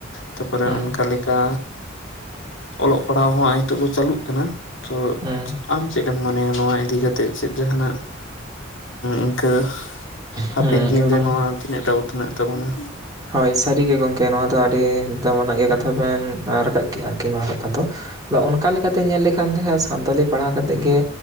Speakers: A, on the left; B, on the right.
A: ᱛᱟᱨᱯᱚᱨᱮ
B: ᱦᱩᱸ
A: ᱚᱱᱠᱟ ᱞᱮᱠᱟ ᱚᱞᱚᱜ ᱯᱟᱲᱦᱟᱣ ᱦᱚᱸ ᱟᱭ ᱱᱤᱛᱚᱜ ᱫᱚ ᱪᱟᱹᱞᱩᱜ ᱠᱟᱱᱟ ᱛᱚ
B: ᱦᱩᱸ ᱦᱩᱸ
A: ᱟᱢ ᱪᱮᱫ ᱮᱢ ᱢᱚᱱᱮᱭᱟ ᱱᱚᱣᱟ ᱤᱫᱤ ᱠᱟᱛᱮᱜ ᱪᱮᱫ ᱡᱟᱦᱟᱱᱟᱜ ᱤᱱᱠᱟᱹ ᱦᱟᱯᱮᱱ
B: ᱦᱩᱸ
A: ᱫᱤᱱ
B: ᱮᱠᱫᱚᱢ
A: ᱨᱮ ᱱᱚᱣᱟ ᱛᱤᱱᱟᱹᱜ ᱴᱟ ᱩᱛᱱᱟᱹᱜ ᱛᱟᱵᱚᱱᱟ?
B: ᱦᱳᱭ ᱥᱟᱹᱨᱤ ᱜᱮ ᱜᱚᱝᱠᱮ ᱱᱚᱣᱟ ᱫᱚ ᱟᱹᱰᱤ ᱫᱟᱢᱟᱱᱟᱜ ᱜᱮ ᱠᱟᱛᱷᱟ ᱵᱮᱱ ᱨᱟᱠᱟᱵ ᱠᱮᱜᱼᱟ ᱟᱨᱠᱤ ᱱᱚᱣᱟᱫᱚ ᱟᱫᱚ ᱚᱱᱠᱟ ᱞᱮᱠᱟᱛᱮ ᱧᱮᱞ ᱞᱮᱠᱷᱟᱱ ᱛᱟᱦᱮᱸ ᱥᱟᱱᱛᱟᱞᱤ ᱯᱟᱲᱦᱟᱣ ᱠᱟᱛᱮᱜ ᱜᱮ